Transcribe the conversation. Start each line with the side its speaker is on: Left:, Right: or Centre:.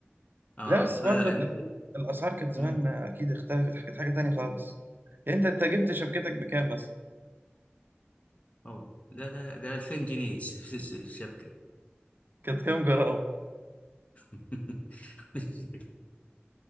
Left: اه
Right: لا بس برضو
Left: فالمدن
Right: ال- الاسعار كانت زمان
Left: مم.
Right: اكيد اختلفت كانت حاجه تانية خالص يعني انت انت جبت شبكتك بكام مثلا
Left: أوه. لا ده ده 2000 جنيه <laughs> ش- ش- ش- الشبكة
Right: كانت كام جرام
Left: <laughs> مش